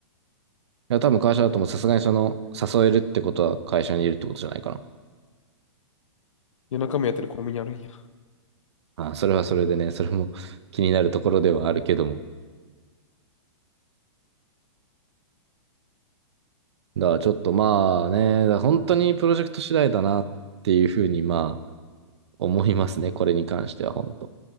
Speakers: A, on the right (about 60°); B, on the left (about 75°).
A: や、多分会社だともさすがにその、誘えるってことは会社にいるってことじゃないかな。
B: 夜中もやってるコンビニあるんや。
A: ああ、それはそれでね、それも気になるところではあるけども、だからちょっとまあね、だから本当にプロジェクト次第だなっていうふうにまあ思いますね、これに関しては本当。